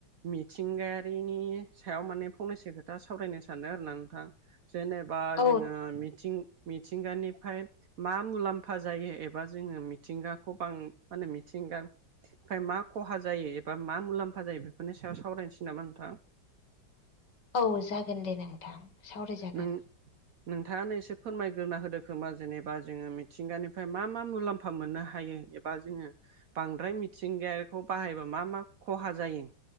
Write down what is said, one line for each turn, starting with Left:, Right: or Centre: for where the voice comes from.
Right: मिथिंगायारिनि सायाव माने फंनैसो खोथा सावरायनो सानदों आरो ना नोंथां। जेनेबा
Left: औ
Right: जोङो मिथिं मिथिंगानिफ्राय मा मुलाम्फा जायो एबा जोङो मिथिंगाखौ बां माने मि मिथिंगानिफ्राय मा खहा जायो एबा मा मुलाम्फा जायो बेफोरनि सायाव सावरायनोसै नामा नोंथां?
Left: औ जागोन दे नोंथां। सावरायजागोन
Right: नों नोंथाङानो एसे फोरमायग्रोना होदो खोमा जेनेबा जोङो मिथिंगानिफ्राय मा मा मुलाम्फा मोननो हायो। बा जोङो बांद्राय मिथिंगायारिखौ बाहायबा मा मा खहा जायो।